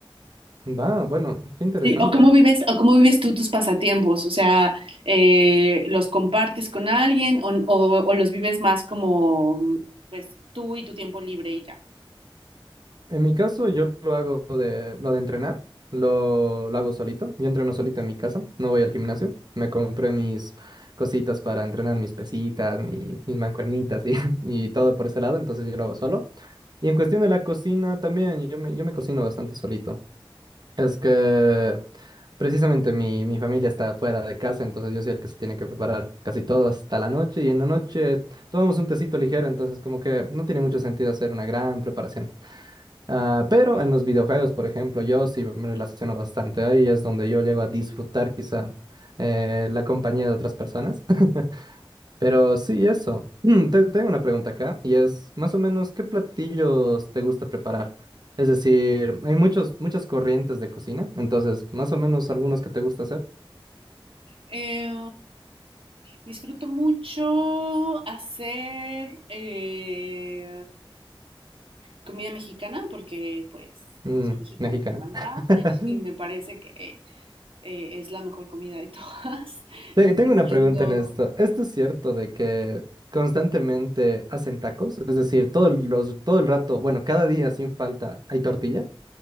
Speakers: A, on the right; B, on the right.
A: Va, bueno, qué interesante.
B: Sí, o cómo vives, o cómo vives tú tus pasatiempos, o sea, eh, ¿los compartes con alguien o, o- o los vives más como, pues, tú y tu tiempo libre y ya?
A: En mi caso, yo lo hago de lo de entrenar, lo, lo hago solito. Yo entreno solito en mi casa, no voy al gimnasio. Me compré mis cositas para entrenar, mis pesitas, mi- mis mancuernitas y, <laughs> y todo por ese lado, entonces yo lo hago solo. Y en cuestión de la cocina también, yo me, yo me cocino bastante solito. Es que precisamente mi, mi familia está fuera de casa, entonces yo soy el que se tiene que preparar casi todo hasta la noche y en la noche tomamos un tecito ligero, entonces como que no tiene mucho sentido hacer una gran preparación. Ah, pero en los videojuegos, por ejemplo, yo sí me relaciono bastante. Ahí es donde yo llego a disfrutar quizá eh, la compañía de otras personas. <laughs> Pero sí, eso. Mm, Te tengo una pregunta acá y es más o menos ¿qué platillos te gusta preparar? Es decir, hay muchos, muchas corrientes de cocina, entonces más o menos algunos que te gusta hacer.
B: Eh, disfruto mucho hacer eh, comida mexicana porque, pues,
A: Mm,
B: soy mexicana,
A: mexicana.
B: me encanta
A: <laughs>
B: <laughs> y me parece que eh, es la mejor comida de todas. <laughs>
A: Te-
B: Lo
A: Tengo
B: haciendo,
A: una pregunta en esto. ¿Esto es cierto de que constantemente hacen tacos? Es decir, todo el, los- todo el rato, bueno, cada día sin falta, ¿hay tortilla?